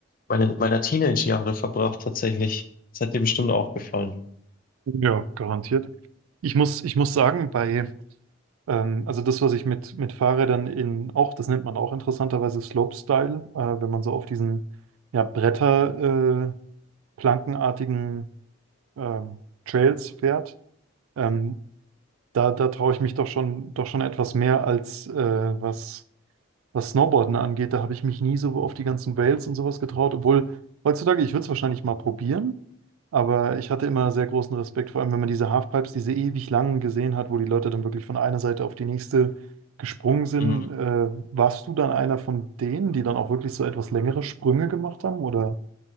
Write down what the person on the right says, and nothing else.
Ja, garantiert. Ich muss, ich muss sagen, bei Ähm, also das, was ich mit, mit Fahrrädern in auch, das nennt man auch interessanterweise Slopestyle, äh, wenn man so auf diesen ja, Bretter, äh, plankenartigen ähm, Trails fährt, ähm, da, da traue ich mich doch schon, doch schon etwas mehr als äh, was was Snowboarden angeht, da habe ich mich nie so auf die ganzen Rails und sowas getraut, obwohl heutzutage, ich würde es wahrscheinlich mal probieren, aber ich hatte immer sehr großen Respekt, vor allem wenn man diese Halfpipes, diese ewig langen gesehen hat, wo die Leute dann wirklich von einer Seite auf die nächste gesprungen sind.
Äh, warst du dann einer von denen, die dann auch wirklich so etwas längere Sprünge gemacht haben oder